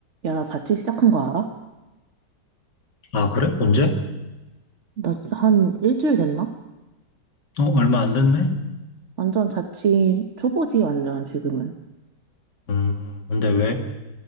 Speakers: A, on the right; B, on the left.
A: 야, 나 자취 시작한 거 알아?
B: 아, 그래? 언제?
A: 나 한 일주일 됐나?
B: 어, 얼마 안 됐네?
A: 완전 자취 초보지, 완전 지금은.
B: 음, 근데 왜?